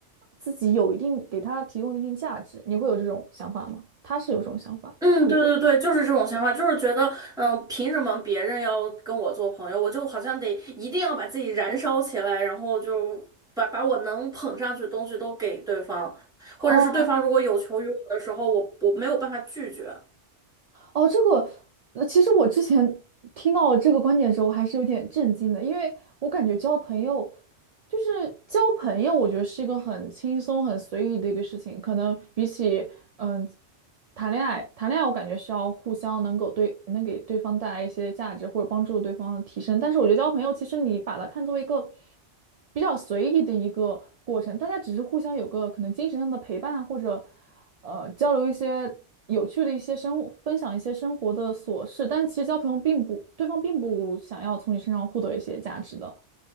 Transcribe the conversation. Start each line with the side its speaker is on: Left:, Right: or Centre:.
Right: 自己有一定给他提供一定价值。你会有这种想法吗？他是有这种想法。
Centre: 嗯，
Right: 对，
Centre: 对对对，就是这种想法，就是觉得，嗯，凭什么别人要跟我做朋友，我就好像得一定要把自己燃烧起来，然后就把把我能捧上去的东西都给对方，
Right: 哦，
Centre: 或者是对方如果有求于我的时候，我我没有办法拒绝。
Right: 哦，这个，呃，其实我之前听到这个观点的时候，还是有点震惊的，因为我感觉交朋友，就是交朋友，我觉得是一个很轻松、很随意的一个事情，可能比起嗯谈恋爱，谈恋爱我感觉是要互相能够对能给对方带来一些价值，或者帮助对方提升，但是我觉得交朋友，其实你把它看作一个比较随意的一个过程，大家只是互相有个可能精神上的陪伴，或者。呃，交流一些有趣的一些生，分享一些生活的琐事，但是其实交朋友并不，对方并不想要从你身上获得一些价值的，